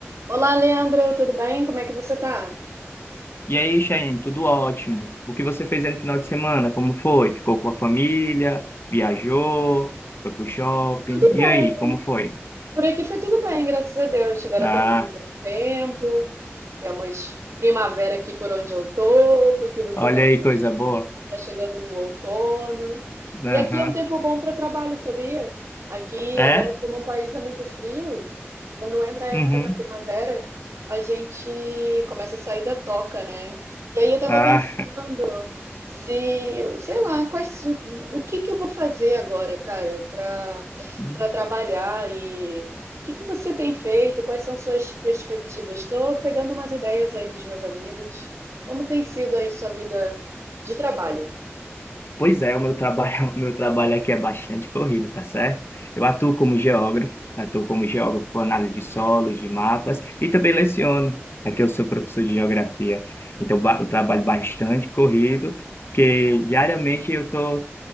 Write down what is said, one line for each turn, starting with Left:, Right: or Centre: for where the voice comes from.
Right: Olá, Leandro, tudo bem? Como é que você tá?
Left: E aí, Cheyenne, tudo ótimo. O que você fez aí no final de semana? Como foi? Ficou com a família? Viajou? Foi pro shopping?
Right: Tudo
Left: E
Right: bem.
Left: aí, como foi?
Right: Por aqui foi tudo bem, graças a Deus. Agora
Left: Ah,
Right: temos um bom tempo, temos primavera aqui por onde eu tô, porque você
Left: olha
Right: tá
Left: aí, coisa boa.
Right: Tá chegando no outono. E
Left: Aham.
Right: aqui é um tempo bom para trabalho, sabia? Aqui,
Left: É?
Right: agora, como o país é muito frio, quando entra a época
Left: Uhum.
Right: da primavera, a gente começa a sair da toca, né? E aí eu tava
Left: Ah.
Right: pensando se, sei lá, quais, o, o que que eu vou fazer agora, cara, para
Left: <laughs>
Right: para trabalhar e o que que você tem feito? Quais são suas perspectivas? Estou pegando umas ideias aí dos meus amigos. Como tem sido aí sua vida de trabalho?
Left: Pois é, o meu trabalho, <laughs> o meu trabalho aqui é bastante corrido, tá certo? Eu atuo como geógrafo, atuo como geógrafo com análise de solos, de mapas e também leciono. Aqui eu sou professor de geografia, então ba- eu trabalho bastante corrido, porque diariamente eu estou